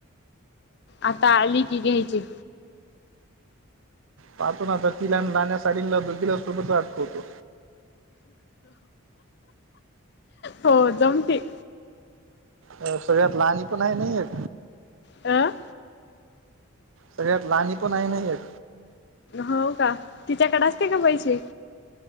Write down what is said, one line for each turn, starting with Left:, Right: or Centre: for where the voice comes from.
Left: आता आली की घ्यायचे.
Right: पाहतो ना आता तिला न लाहण्या साडीं ला दोघींला सोबतचा अटकवतो.
Left: हो जामते.
Right: अ सगळ्यात लहणी पण आहे ना एक.
Left: अं?
Right: सगळ्यात लाहणी पण आहे ना एक.
Left: हो का? तिच्याकडे असते का पैसे?